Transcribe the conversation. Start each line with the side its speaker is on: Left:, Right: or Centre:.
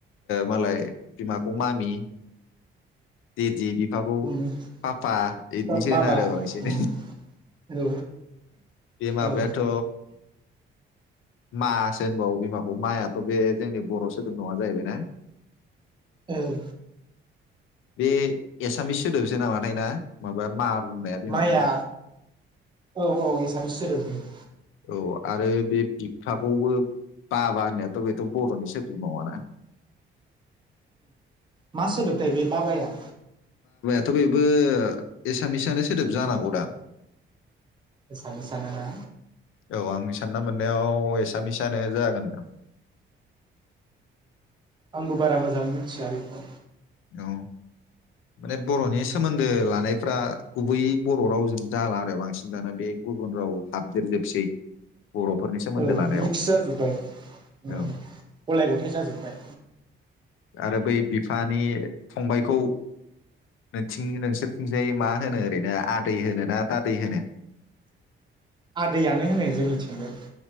Left: मालाय बिमाखौ मामि देदि बि फाखौ
Right: उम
Left: पापा
Right: बिफाखौ
Left: बिदिसो
Right: बाबा
Left: होनोआरो बांसिन
Right: उम औ
Left: बे माबायाथ'
Right: औ
Left: मा सो होनबावो बिमाखौ मायाथ' बे जोंनि बर' सोदोब नङा जाहैबाय ना?
Right: औ
Left: बे एसामिस सोदोबसो नामाथाय ना माबा मा बुंनाया बिमाखौ
Right: माया औ औ एसामिस सोदोब बेयो।
Left: औ आरो बे बिफाखौबो बाबा होननायाथ' बेथ' बर'नि सोदोब नङाना?
Right: मा सोदोबथाय बे बाबाया?
Left: थ' बेबो एसामिसआनो सोदोब जानांगौ दां?
Right: एसामिसानो ना?
Left: औ आंनि सानना मोननायाव एसामिसआनो जागोन नोंथां।
Right: आंबो बारा मोजां मिथिया बेखौ।
Left: औ माने बर'नि सोमोन्दो लानायफ्रा गुबै बर' रावजों जाला आरो बांसिन दाना बे गुबुन राव हाबदेरजोबसै। बर'फोरनि सोमोन्दो
Right: औ
Left: लानायाव
Right: मिक्स जाजोब्बाय ओ
Left: औ
Right: गलाय गथाय जाजोब्बाय।
Left: आरो बै बिफानि फंबायखौ नोंथिं नोंसोरथिंजाय मा होनो ओरैनो आदै होनो ना दादै होनो?
Right: आदैयानो होनो जोंनिथिंबो।